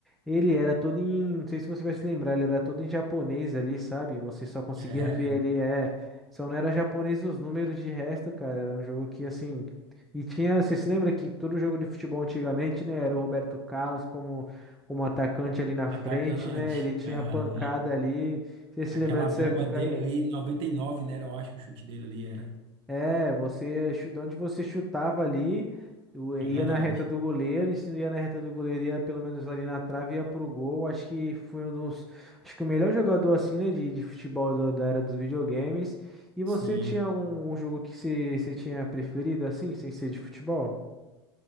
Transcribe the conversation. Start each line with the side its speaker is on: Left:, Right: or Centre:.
Centre: Ele era todo em, não sei se você vai se lembrar, ele era todo em japonês ali, sabe? Você só conseguia
Right: era.
Centre: ver
Right: hein?
Centre: ali, é, só não era japonês os números de resto, cara. Era um jogo que, assim, e tinha, você se lembra que todo jogo de futebol antigamente, né, era o Roberto Carlos como, como atacante ali na
Right: Atacante.
Centre: frente, né? Ele tinha
Right: Aham.
Centre: pancada ali. Você se
Right: Aquela
Centre: lembra dessa
Right: bomba
Centre: época
Right: dele
Centre: aí?
Right: ali, 99, né? Eu acho que o chute dele ali era.
Centre: É, você, chu- de onde você chutava ali, o- ia
Right: É verdade.
Centre: na reta do goleiro, e se não ia na reta do goleiro, ia pelo menos ali na trave, ia pro gol. Acho que foi um dos, acho que o melhor jogador assim, né, de, de futebol do- da era dos videogames. E você
Right: Sim.
Centre: tinha algum um jogo que você, você tinha preferido assim, sem ser de futebol?